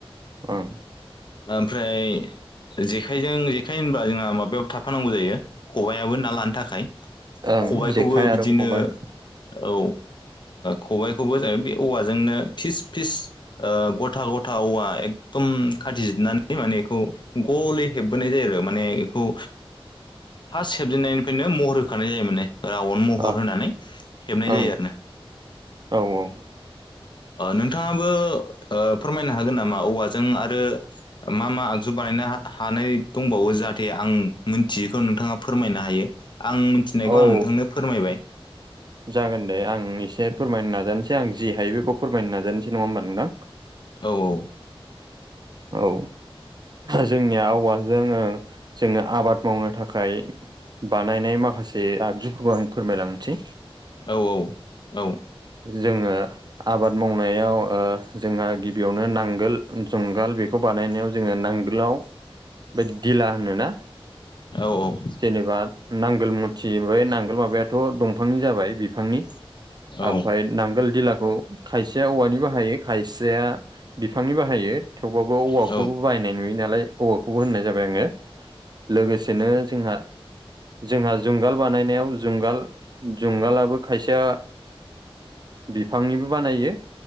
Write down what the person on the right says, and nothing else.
ओं
ओं
जेखाइ आरो
खबाइ
ओं
ओं
औ औ
औ
जागोन दे आं एसे फोरमायनो नाजानोसै आं जि हायो बेखौ फोरमायनो नाजानोसै नङा होमबा नोंथां?
औ जोंनिआव आवाजों जोङो आबाद मावनो थाखाय बानायनाय माखासे आगजुफोरखौ आं फोरमायलांसै
जोङो आबाद मावनायाव जोंहा गिबियावनो नांगोल जुंगाल बेखौ बानायनायाव जोङो नांगोलाव बे दिला होनोना
जेनेबा नांगोल मुथि नांगोल माबायाथ' दंफांनि जाबाय बिफांनि
ओमफ्राय नांगोल दिलाखौ खायसेया औवानि बाहायो खायसेया बिफांनि बाहायो थेवबाबो औवाखौबो
बाहायनाय नुयो नालाय औवाखौबो होननाय जाबाय आङो लोगोसेनो जोंहा जोंहा जुंगाल बानायनायाव जुंगाल जुंगालाबो खायसेया बिफांनिबो बानायो